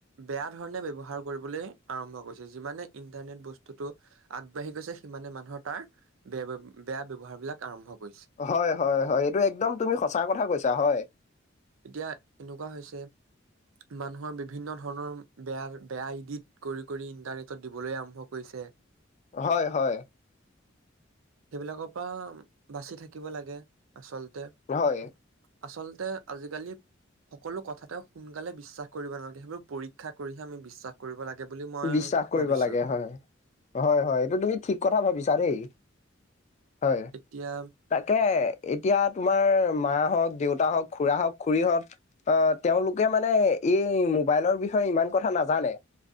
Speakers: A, on the right (about 85°); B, on the left (about 35°).
A: বেয়া ধৰণে ব্যৱহাৰ কৰিবলৈ আৰম্ভ কৰি যিমানে ইন্টাৰনেট বস্তুতটো আগবাঢ়ি গৈছে সিমানে মানুহৰ তাৰ বেয়া-বেয়া ব্যৱহাৰবিলাক আৰম্ভ কৰিছে।
B: হয়, হয়, হয় এইটো একদম তুমি সচা কথা কৈছা হয়।
A: এতিয়া এনেকুৱা হৈছে মানুহৰ বিভিন্ন ধৰণৰ বেয়া বেয়া ইডিত কৰি কৰি ইন্টাৰনেটত দিবলৈ আৰম্ভ কৰি <inaudible>
B: হয় হয়।
A: সেইবিলাকৰ পৰা বাচি থাকিব লাগে, আচল
B: হয়
A: আচলতে আজিকালি সকলো কথাতে সোনকালে বিশ্বাস কৰিব নালাগে। সেইবোৰ পৰীক্ষা কৰিহে আমি বিশ্বাস কৰিব লাগে। বুলি মই
B: বিশ্বাস কৰিব
A: ভাবিছো
B: লাগে হয়। হয় হয় এইটো তুমি ঠিক কথা ভাবিছা দেই। হয়,
A: এতিয়া
B: তাকে এতিয়া তোমাৰ মা হওঁক দেউতা হওঁক খুৰা হওক খড়ীহত আহ তেওঁলোকে মানে এই ম'বাইলৰ বিষয়ে ইমান কথা নাজানে।